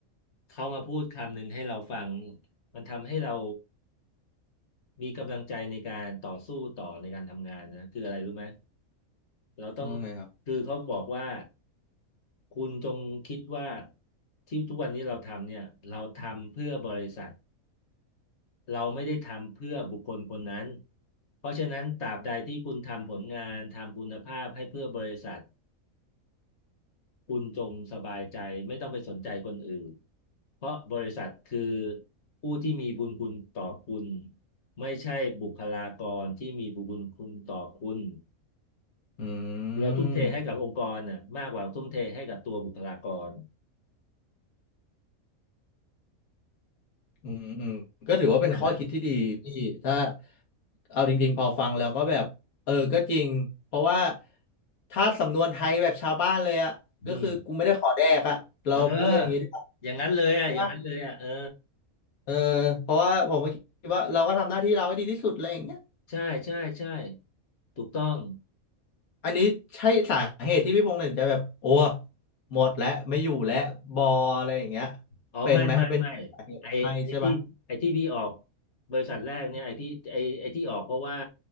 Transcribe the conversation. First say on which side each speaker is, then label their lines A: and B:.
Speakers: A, on the left; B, on the left.
A: เขามาพูดคำหนึ่งให้เราฟังมันทำให้เรามีกำลังใจในการต่อสู้ต่อในการทำงานนะคืออะไรรู้ไหมเราต้อง
B: ว่าไงครับ
A: คือเขาบอกว่าคุณจงคิดว่าที่ทุกวันนี้เราทำเนี่ยเราทำเพื่อบริษัทเราไม่ได้ทำเพื่อบุคคลคนนั้นเพราะฉะนั้นตราบใดที่คุณทำผลงานทำคุณภาพให้เพื่อบริษัท คุณจงสบายใจไม่ต้องไปสนใจคนอื่นเพราะบริษัทคือผู้ที่มีบุญคุณต่อคุณไม่ใช่บุคลากรที่มีบุญคุณต่อคุณ
B: อื
A: เราทุ่มเทให้กับองค์กรน่ะมากกว่าทุ่มเทให้กับตัวบุคลากร
B: ม อืมอืมก็ถือว่าเป็นข้อคิดที่ดีพี่ถ้า
A: ใช่ไหม
B: เอาจริงๆพอฟังแล้วก็แบบเออก็จริงเพราะว่าถ้าสำนวนไทยแบบชาวบ้านเลยอะก็คือกูไม่ได้ขอแดกอะเราพูดกันอย่างนี้ได้ว
A: อืมเอออย่างนั้นเลยอ่ะอย่างนั้นเลยอ่ะเออ
B: ใช่ปะเออเพราะว่าผมก็คิดว่าเราก็ทำหน้าที่เราให้ดีที่สุดอะไรอย่างเงี้ย
A: ใช่ใช่ใช่ถูกต้อง
B: อันนี้ใช่สาเหตุที่พี่พงษ์ถึงจะแบบโอ้หมดแล้วไม่อยู่แล้วบออะไรอย่างเงี้ย
A: อ๋อไม่ไม่ไม่
B: เป็นไหมเป็นสาเหตุไหมไม่ใช่ปะ
A: ไอไอที่ไอที่พี่ออกบริษัทแรกเนี่ยไอที่ไอไอที่ออกเพราะว่า